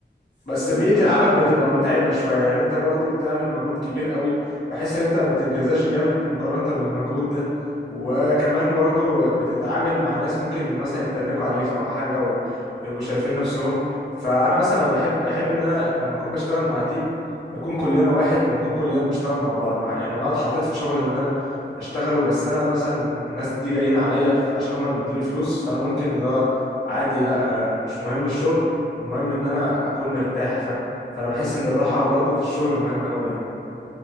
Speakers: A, on the left (about 65°); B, on the left (about 85°).
A: بس
B: وكل
A: بيئة
B: ما
A: العمل بتبقى
B: كل
A: متعبة شوية يعني انت برضو بتعمل مجهود كبير قوي بحس ان انت ما بتتجازاش جامد مقارنة بالمجهود ده وكمان برضو بتتعامل مع ناس ممكن مثلا يتنكوا عليك او حاجة و- ويبقوا شايفين نفسهم فانا مثلا بحب بحب ان انا لما اكون بشتغل مع تيم نكون كلنا واحد ونكون كلنا بنشتغل مع بعض مع- يعني لو اتحطيت في شغل ان انا اشتغله بس انا مثلا الناس دي جايين عليا ف- عشان هما بيدوني فلوس فانا ممكن اللي هو عادي لا آه، مش مهم الشغل المهم ان انا اكون مرتاح فاهم فانا بحس ان الراحه برضو في الشغل مهمه قوي يعني